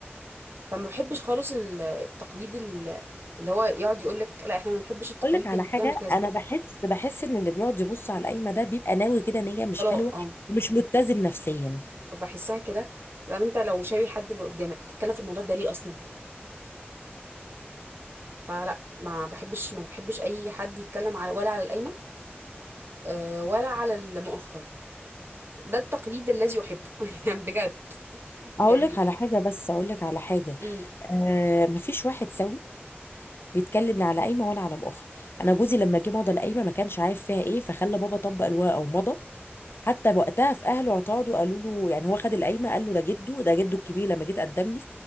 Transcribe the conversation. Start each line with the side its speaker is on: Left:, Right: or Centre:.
Right: فما بحبش خالص ال- التقليد ال- اللي هو يقعد يقول لك لا احنا ما بنحبش التقاليد
Left: اقول لك على
Right: اللي
Left: حاجه
Right: بتعمل كذا
Left: انا بحس بحس ان اللي بيقعد يبص على القايمه ده بيبقى ناوي كده نيه مش
Right: طلاق
Left: حلوه
Right: اه
Left: ومش متزن نفسيا
Right: بحسها كده طب انت لو شايف حد اللي قدامك بتتكلم في الموضوع ده ليه اصلا فلا ما بحبش ما بحبش اي حد يتكلم على ولا على القايمه آه، ولا على المؤخر ده التقليد الذي احبه <laughs> يعني بجد
Left: اقول
Right: يعني
Left: لك على حاجه بس اقول لك على حاجه
Right: امم
Left: آه مفيش واحد سوي بيتكلم لا على قايمه ولا على مؤخر انا جوزي لما جه مضى القايمه ما كانش عارف فيها ايه فخلى بابا طبق الورقه ومضى حتى وقتها في اهله اعترضوا قالوا له يعني هو خد القايمه قال له ده جده ده جده الكبير لما جيت قدم لي